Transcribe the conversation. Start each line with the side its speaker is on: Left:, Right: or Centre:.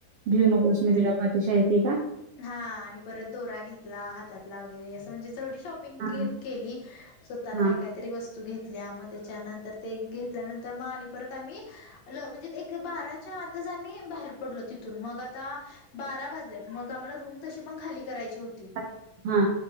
Right: भिऊ नकोस मी तुझ्या पाठीशी आहे ती का?
Left: हा... आणि परत दोरा घेतला... हातातला वगैरे असं म्हणजे जेवढी शॉ -पिंग
Right: हा
Left: केली... स्वतःला
Right: हा
Left: काय
Right: हा
Left: काहीतरी वस्त -स्तु घेतल्या मग त्याच्यानंतर... ते घेतल्यानंतर मग आणि परत आम्ही... ल... म्हणजे एक बारा च्या आतच... आम्ही बाहेर पडलो तिथून मग... आता बारा वाजल्यात... मग आम्हाला रूम तशी पण खाली करायची होती.
Right: हा हा.